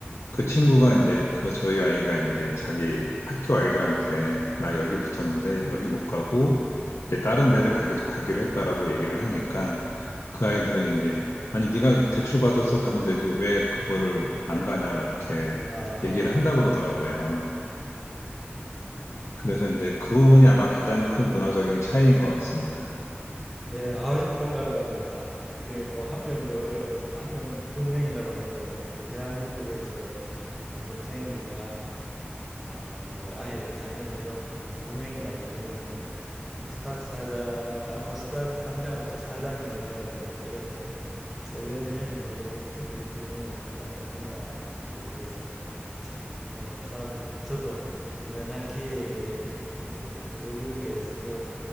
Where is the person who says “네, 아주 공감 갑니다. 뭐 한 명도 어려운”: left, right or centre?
Centre